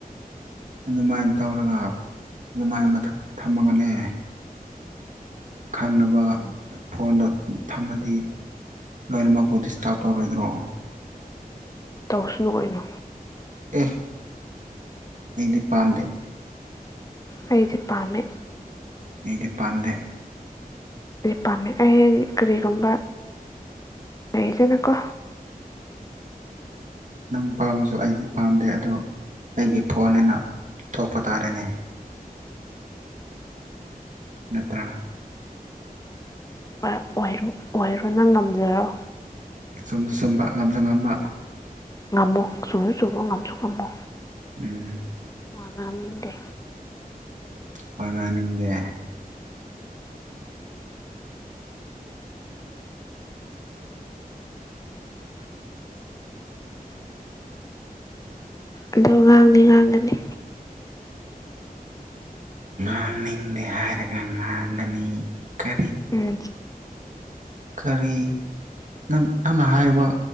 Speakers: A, on the right (about 55°); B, on the left (about 20°).
A: ꯑꯗꯨꯃꯥꯏꯅ ꯇꯧꯔꯒ ꯑꯗꯨꯃꯥꯏꯅ ꯃꯊꯛꯇ ꯊꯝꯃꯒꯅꯦ ꯈꯪꯅꯕ ꯐꯣꯟꯗ ꯊꯝꯃꯗꯤ ꯂꯣꯏꯅꯃꯛꯄꯨ ꯗꯤꯁꯇꯥꯔꯕ ꯇꯧꯔꯣꯏꯗ꯭ꯔꯣ
B: ꯇꯧꯁꯅꯨ ꯑꯣꯏꯅ
A: ꯑꯦ ꯑꯩꯗꯤ ꯄꯥꯝꯗꯦ
B: ꯑꯩꯗꯤ ꯄꯃꯦ
A: ꯑꯩꯗꯤ ꯄꯥꯝꯗꯦ
B: ꯑꯗꯨ ꯄꯥꯝꯃꯦ ꯑꯩꯗꯤ ꯀꯔꯤꯒꯨꯝꯕ ꯂꯩꯗꯅꯀꯣ
A: ꯅꯪ ꯄꯥꯃꯁꯨ ꯑꯩꯗꯤ ꯄꯥꯝꯗꯦ ꯑꯗꯨꯣ ꯑꯩꯒꯤ ꯐꯣꯟ ꯑꯅ ꯇꯄ ꯇꯥꯔꯦꯅꯦ ꯅꯠꯇ꯭ꯔꯥ
B: ꯑꯣꯏꯔꯣ ꯑꯣꯏꯔꯣ ꯅꯪ ꯉꯝꯖꯔꯣ
A: ꯁꯨꯝꯁꯨ ꯁꯨꯝꯕ ꯉꯝꯁꯨ ꯉꯝꯕ
B: ꯉꯝꯃꯣ ꯆꯨꯝꯁꯨ ꯆꯨꯝꯃꯣ ꯉꯝꯁꯨ ꯉꯝꯃꯣ
A: ꯎꯝ
B: ꯋꯥ ꯉꯥꯡꯅꯤꯡꯗꯦ
A: ꯋꯥ ꯉꯥꯡꯅꯤꯡꯗꯦ
B: ꯑꯗꯣ ꯉꯥꯡꯗꯤ ꯉꯥꯡꯒꯅꯤ
A: ꯉꯥꯡꯅꯤꯡꯗꯦ ꯍꯥꯏꯔꯒ ꯉꯥꯡꯒꯅꯤ ꯀ
B: ꯎꯝ
A: ꯀꯔꯤ ꯅꯪ ꯅꯪꯅ ꯍꯥꯏꯔꯤꯕ